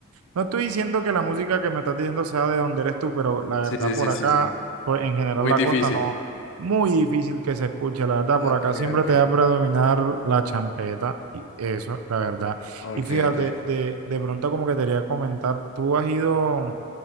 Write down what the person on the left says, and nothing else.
Sí,
sí,
sí,
sí, sí,
muy
difícil.
Ok,
ok,
ok,
ok.